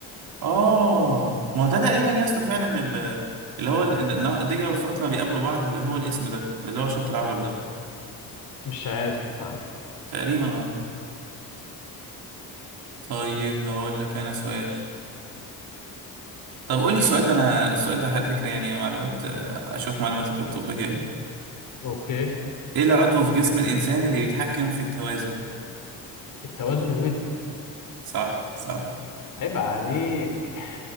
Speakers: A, on the right (about 65°); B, on the left (about 60°).
A: اه ما هو ده تقريبا يا اسطى فعلا ال- اللي هو ال- ال- الدجله والفرات لما بيقابلوا بعض بيبقى هو الاسم ده اللي هو شط العرب ده
B: مش عارف آه.
A: تقريبا اه طيب اقول لك انا سؤال طب قول لي السؤال ده انا السؤال ده على فكره يعني معلومات آه، اشوف معلوماتك الطبيه ايه
B: اوكي
A: ايه العضو في جسم الانسان اللي بيتحكم في التوازن
B: التوازن الودني
A: صح صح
B: عيب عليك